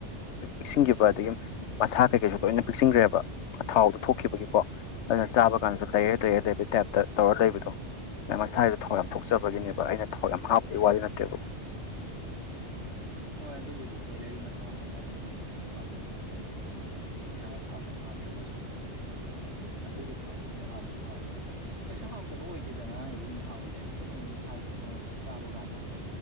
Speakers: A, on the left; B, on the right.
A: ꯄꯤꯛꯁꯤꯟꯈꯤꯕ ꯑꯗꯒꯤ ꯃꯁꯥ ꯀꯩꯀꯩꯁꯨ ꯂꯣꯏꯅ ꯄꯤꯛꯁꯤꯟꯈ꯭ꯔꯦꯕ ꯊꯥꯎꯗꯣ ꯊꯣꯛꯈꯤꯕꯒꯤꯀꯣ ꯑꯗꯨꯅ ꯆꯥꯕ ꯀꯥꯟꯗꯁꯨ ꯂꯩꯔ ꯂꯩꯔꯦ ꯂꯩꯕꯒꯤ ꯇꯥꯏꯞꯇ ꯇꯧꯔ ꯂꯩꯕꯗꯣ ꯑ ꯃꯁꯥꯁꯤꯗ ꯊꯥꯎ ꯌꯥꯝ ꯊꯣꯛꯆꯕꯒꯤꯅꯦꯕ ꯑꯩꯅ ꯊꯥꯎ ꯌꯥꯝ ꯍꯥꯞꯄꯒꯤ ꯋꯥꯗꯤ ꯅꯠꯇꯦꯕ
B: ꯎꯝ ꯍꯣꯏ ꯑꯗꯨꯕꯨꯗꯤ ꯀꯣꯏꯂꯔꯒꯤ ꯃꯁꯥ ꯍꯧꯥꯎꯅꯕꯤꯅꯤ ꯑꯗꯨꯝ ꯊꯥꯎ ꯑꯗꯨꯝ ꯊꯣꯛꯄꯅꯦ ꯑꯗꯨꯝ ꯏꯁꯥꯅ ꯊꯥꯎ ꯌꯥꯝ ꯍꯥꯞꯇ꯭ꯔꯒꯁꯨ ꯑꯗꯨꯝ ꯃꯁꯥꯅ ꯐꯖꯅ ꯊꯣꯛꯄꯅꯦ ꯑꯗꯨꯒꯤ ꯊꯥꯎꯗꯨꯕꯨꯗꯤ ꯍꯥꯎꯕꯗꯤ ꯍꯥꯎꯕꯅꯦ ꯀꯩꯁꯨ ꯍꯥꯎꯇꯕ ꯑꯣꯏꯗꯦꯗ ꯉꯔꯥꯡꯒꯤꯗꯤ ꯑꯗꯨꯝ ꯍꯥꯎꯋꯤꯗ ꯑꯩꯗꯤ ꯑꯩꯩꯅ ꯑꯗꯨꯝ ꯍꯥꯏꯒꯦ ꯅꯉꯣꯟꯗ ꯆꯥꯕ ꯀꯥꯟꯗ ꯑꯗꯨꯝ